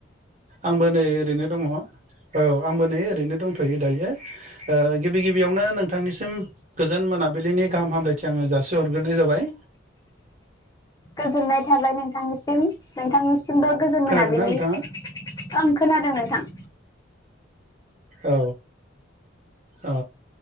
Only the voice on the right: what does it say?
आंबो नै ओरैनो दङ औ आंबो नै ओरैनो दंथ'यो दायो ओ गिबि गिबियावनो नोंथां नोंथांनिसिम गोजोन मोनाबिलिनि गाहाम हामलायथि आङो जासिहरग्रोनाय जाबाय
खोनादोंना
नोंथाङा
औ औ